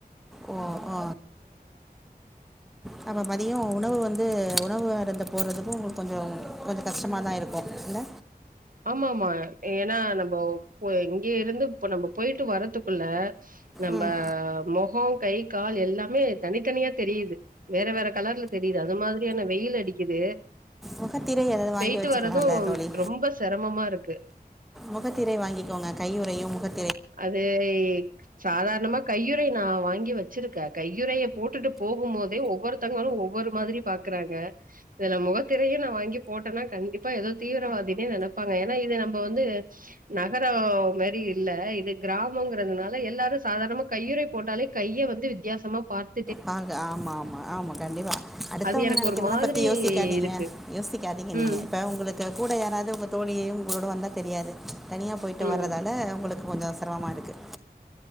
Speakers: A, in the centre; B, on the right.
A: ஓ ஓ நாங்க மதிய உணவு வந்து உணவு அருந்த போறதுக்கு உங்களுக்கு கொஞ்ச கொஞ்ச கஷ்டமா தா இருக்கும் இல்ல
B: ஆமாமா ஏன்னா நம்ப ப இங்க இருந்து இப்ப நம்ப போயிட்டு வர்றதுக்குள்ள நம்ப
A: ம்
B: மொக கை கால் எல்லாமே தனித்தனியா தெரியுது வேற வேற கலர்ல தெரியுது அது மாதிரியான வெயில் அடிக்குது
A: முகத்திரை ஏதாவது வாங்கி
B: பெய்ட்டு
A: வச்சுக்கலாம்ல
B: வரதும்
A: தோழி
B: ரொம்ப செரமமா இருக்கு
A: மொகத்திரை வாங்கிக்கோங்க கையுறையு முகத்
B: அது சாதாரணமா கையுறை நா வாங்கி வச்சிருக்கே கையுறைய போட்டுட்டு போகும் போதே ஒவ்வொரு த்தங்களு ஒவ்வொரு மாதிரி பாக்குறாங்க இதுல முகத்திரையு நா வாங்கிப் போட்டேன்னா கண்டிப்பா ஏதோ தீவிரவாதினே நெனைப்பாங்க ஏன்னா இது நம்ப வந்து நகரோ மாரி இல்ல இது கிராமம்ங்கிறதுனால எல்லாரு சாதாரணமா கையுறை போட்டாலே கைய வந்து வித்தியாசமா பார்த்
A: பாங்க ஆமா ஆமா ஆமா கண்டிப்பா அடுத்தவங்க
B: அது எனக்கு
A: நெனைக்குறதெல்லா
B: ஒரு மாதிரி
A: பத்தி யோசிக்காதீங்க
B: இருக்கு
A: யோசிக்காதீங்க நீங்க
B: ம்
A: இப்போ உங்களுக் க்கு கூட யாராவது உங்க தோழியையு உங்களோட வந்தா தெரியாது தனியா போயிட்டு
B: ம்
A: வர்றதால உங்களுக்கு கொஞ்சோ செரமமா இருக்கு